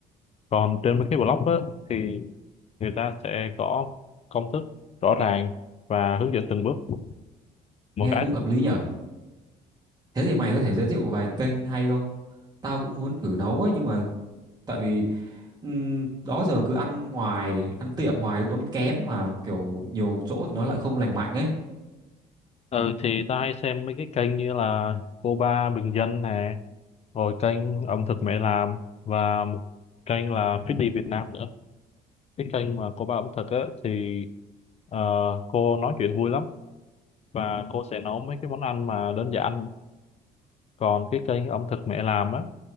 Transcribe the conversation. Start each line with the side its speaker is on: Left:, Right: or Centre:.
Left: còn trên mấy cái blog á, thì người ta sẽ có công thức rõ ràng và hướng dẫn từng bước một
Right: Nghe
Left: cách
Right: cũng hợp lý nhở. Thế thì mày có thể giới thiệu vài kênh hay không? Tao cũng muốn thử nấu ấy nhưng mà tại vì ừm, đó giờ cứ ăn ngoài, ăn tiệm hoài tốn kém mà kiểu nhiều chỗ thì nó lại không lành mạnh ấy.
Left: ừ, thì ta hay xem mấy cái kênh như là cô ba bình dân nè rồi kênh ẩm thực mẹ làm và một kênh là Fit đi Việt Nam nữa cái kênh mà cô ba ẩm thực á, thì ờ, cô nói chuyện vui lắm và cô sẽ nấu mấy cái món ăn mà đơn giản còn cái kênh ẩm thực mẹ làm á